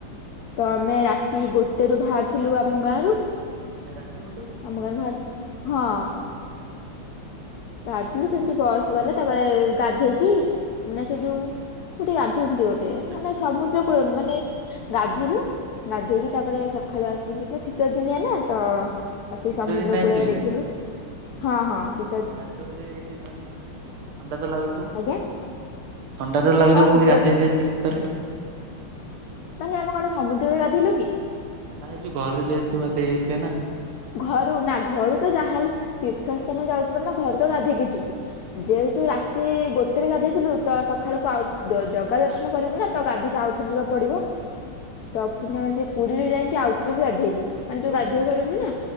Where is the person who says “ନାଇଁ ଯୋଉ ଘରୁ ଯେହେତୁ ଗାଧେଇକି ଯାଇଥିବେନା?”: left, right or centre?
Right